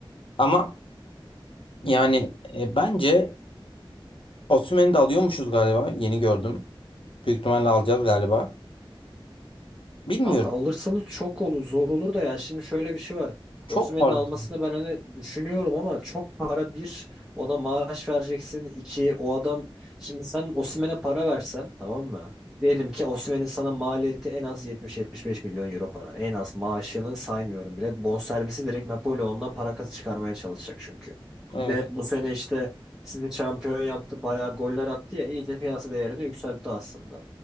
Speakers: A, on the left (about 70°); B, in the centre.
A: Ama yani e, bence Osimhen'i de alıyormuşuz galiba. Yeni gördüm. Büyük ihtimalle alacağız galiba. Bilmiyorum.
B: Kanka alırsanız çok olur zor olur da ya şimdi şöyle bir şey var.
A: Çok
B: Osimhen'in
A: parlak.
B: almasını ben hani düşünüyorum ama çok para bir ona maaş vereceksin iki o adam şimdi sen Osimhen'e para versen tamam mı? Diyelim ki Osimhen'in sana maliyeti en az 70-75 milyon euro para. En az maaşını saymıyorum bile. Bonservisi direkt Napoli ondan para kazı çıkarmaya çalışacak çünkü.
A: Evet.
B: Bir de bu sene işte sizi şampiyon yaptı bayağı goller attı ya iyice piyasa değerini yükseltti aslında.